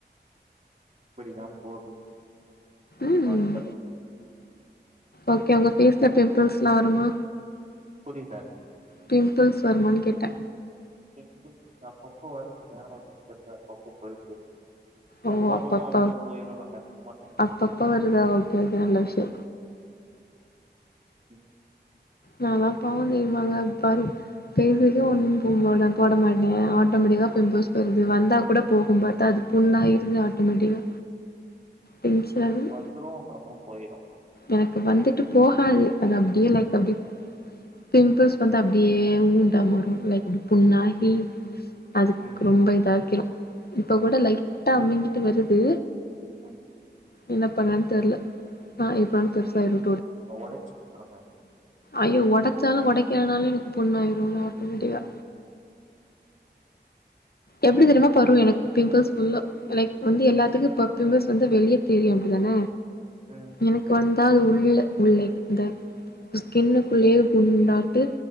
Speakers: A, on the right (about 40°); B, on the left (about 60°).
A: இப்படிதாம் போது
B: ம்
A: ப்பாட்கள்
B: ஓகே உங்க ஃபேஸ்ல பிம்பிள்ஸ்ல்லா வருமா
A: புரியல
B: பிம்பிள்ஸ் வருமான் கேட்டே
A: பிம்பல்ஸ் அப்பப்போ வருது ஏ வருதுன்னு தெர்ல அப்பப்போ போயிருது.
B: ஓ
A: அதுவா
B: அப்பப்ப
A: வரு அதுவா போயிரு நா கண்டுக்க மாட்டே <inaudible>
B: அப்பப்ப வருதா ஓகே ஓகே நல்ல விஷயோ
A: ம்
B: நால்லா பாவொந் தெரியுமாங்க பரு ஃபேஸுக்கு ஒன்னும் போட மாட்ட போட மாட்ட ஆட்டோமேட்டிக்கா பிம்பிள்ஸ் பெய்ருது வந்தா கூட போகும் பாத்தா அது புண்ணாயிருது ஆட்டோமேட்டிக்கா டென்ஷன்
A: எனக்
B: ஆகுது
A: வந்துரு அப்றமா போய்ரு
B: எனக்கு வந்துட்டு போகாது அது அப்டியே லைக் அப்டி பிம்பிள்ஸ் வந்து அப்டியே ஊண்டா மாறு லைக் அப்டி புண்ணாகி அதுக்
A: ம்
B: ரொம்ப இதாக்கிரு இப்ப கூட
A: ம்
B: லைட்டா அமிங்கிட்டு வருது
A: ம்
B: என்ன பண்ணன் தெர்ல ஆ எப்பனாலு பெருசாய்ரு
A: ஒடச்சு வுட்ருங்க
B: ஐயோ ஒடச்சாலு ஒடைக்கலனாலு எனக்கு புண்ணாயிரு அது ஆட்டோமேட்டிக்கா எப்டி தெரிமா பரு எனக்கு பிம்பிள்ஸ் ஃபுல்லா லைக் வந்து எல்லாத்துக்கு இப்ப பிம்பிள்ஸ் வந்து வெளிய தெரியு அப்டி தான
A: ம்
B: எனக்கு வந்தா அது உள்ள உள் லைக் இந்த ஸ்கின்னுக்குள்ளேயே குண்டாட்டு